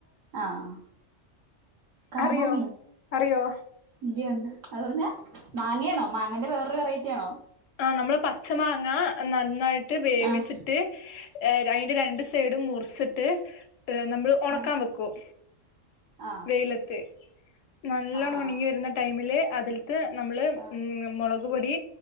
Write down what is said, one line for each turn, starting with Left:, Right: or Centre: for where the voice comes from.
Right: ആഹ് ആഹ് കറമാങ്ങയോ
Left: അറിയോ അറിയോ
Right: ഇല്ലയെന്താ അതെ പറഞ്ഞാ <unintelligible> മാങ്ങയാണോ മാങ്ങന്റെ വേറൊരു വെറൈറ്റിയാണോ
Left: ആ നമ്മള് പച്ച മാങ്ങ നന്നായിട്ട് വേവിച്ചിട്ട്
Right: ആഹ്
Left: ഏ രയിന്റെ രണ്ടു സൈഡും മുറിച്ചിട്ടെ ഏ നമ്മള് ഒണക്കാ
Right: ആഹ്
Left: വെക്കും
Right: ആഹ്
Left: വെയിലത്ത് നല്ലോണം
Right: ആഹ്
Left: ഉണങ്ങി വരുന്ന ടൈമിലെ അതിൽത്ത് നമ്മള് മ്മ്
Right: ആഹ്
Left: മുളക് മുളകുപൊടി